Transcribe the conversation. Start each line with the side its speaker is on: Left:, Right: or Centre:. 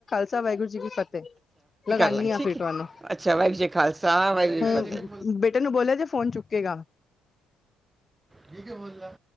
Left: ਵਾਗੁਰੂੀ ਕੀ ਫ ਲਗਾਨੀ
Right: ਲਾਂਗੇ
Left: ਆ
Right: ਠੀਕ
Left: ਫਿਰਟਾਨੂੰ
Right: ਹੈ ਅੱਛਾ ਵਾਹਿਗੁਰੂ ਜੀ ਕਾ ਖਾਲਸਾ ਵਾਹਿਗੁਰੂ ਜੀ
Left: ਹੁ
Right: ਕੀ ਫਤਿਹ
Left: ਬੇਟੇ ਨੂੰ ਬੋਲਿਆ ਜੇ ਫੋਨ ਚੁੱਕੇਗਾ
Right: ਕੀ ਕੀ ਬੋਲਦਾ